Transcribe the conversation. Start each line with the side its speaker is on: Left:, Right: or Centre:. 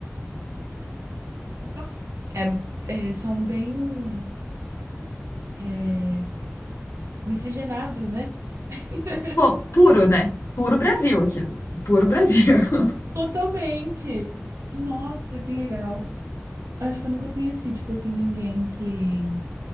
Right: Nossa! É- é, são bem é, miscigenados, né? <laughs>
Left: Pô, puro, né? Puro Brasil aquilo. Puro Brasil. <laughs>
Right: Totalmente. Nossa, que legal. Acho que eu nunca conheci, tipo assim, ninguém que